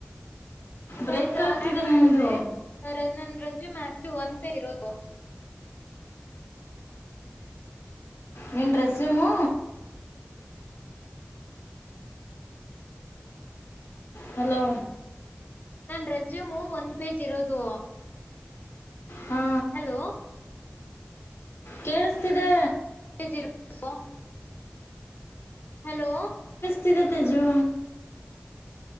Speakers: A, on the left; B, on the left.
A: ಬಟ್
B: ಬ್ರೇಕ್ ಆಗ್ತಿದೆ
A: ಆಡ್ ಮಾಡಿದ್ರೆ
B: ನಿಮ್ದು
A: ಅವರ ಏನಂದ್ರು ಇದು ಮ್ಯಾಕ್ಸಿ ಒಂದಪೇ ಇರೋದು
B: ನಿನ್ ಡ್ರೆಸಮು ಹಲೋ
A: ನನ್ ರೆಸ್ಯೂಮು ಒಂದು ಪೇಜ್ ಇರೋದು
B: ಹಾ
A: ಹಲೋ
B: ಕೇಳಿಸ್ತಿದೆ
A: ಪೆಜು ಇರೋದು ಹಲೋ
B: ತಿದೆ ತೇಜು